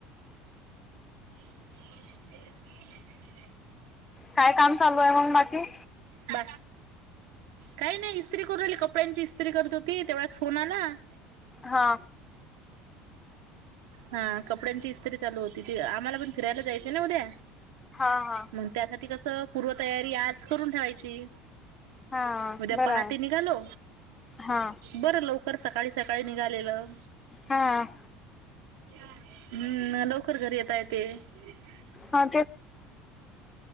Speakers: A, on the right (about 80°); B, on the left (about 20°).
A: <unintelligible>
B: काय काम चालू आहे मग बाकी?
A: बा काही नाही इस्त्री करू आली कपड्यांची इस्त्री करत होती तेवढ्यात फोन आला बा
B: हा.
A: हा कपड्यांची इस्त्री चालू होती ती आम्हाला पण फिरायला जायचय ना उद्या.
B: हां हां.
A: मग त्यासाठी कसं पूर्वतयारी आज करून ठेवायची.
B: हा
A: उद्या
B: बरं
A: पहाटे
B: आहे
A: निघालो
B: हा
A: बर लव कर सकाळी सकाळी निघालेलं.
B: हां.
A: हम्म मग लवकर घरी येता येतेय. <unintelligible>
B: हा ते